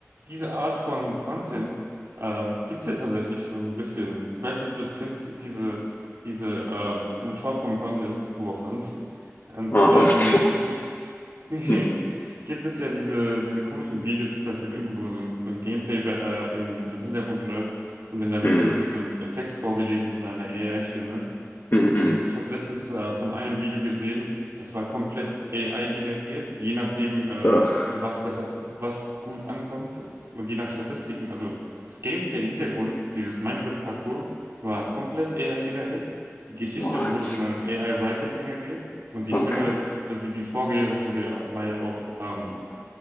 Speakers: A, on the right; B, on the left.
A: diese Art von Content ähm, gibt es ja tatsächlich schon ein bisschen. Ich weiß nicht, ob du das kennst, es gibt diese, diese ähm, in Shortform Content, wo auch sonst. Und
B: Ah,
A: ähm,
B: Und
A: gibt es, <laughs> gibt
B: <laughs>
A: es ja diese, diese komischen Videos, zum Beispiel irgendwo so ein, so ein Gameplay äh, im, im Hintergrund läuft und in der Mitte
B: mm,
A: es wird so ein äh, Text vorgelesen von einer AI-Stimme.
B: mm, mm.
A: Und ich habe letztens äh, von einem Video gesehen, es war komplett AI generiert, je nachdem, ähm,
B: Ugh.
A: was besser, was gut ankommt und je nach Statistiken. Also das Gameplay im Hintergrund, dieses Minecraft-Parcours, war komplett AI generiert. Die Geschichte
B: What?
A: wurde von einem AI-Writer generiert und die
B: Oh
A: Stimme,
B: Gott.
A: also wie die es vorgelesen hat, wurde ja, war ja auch ähm,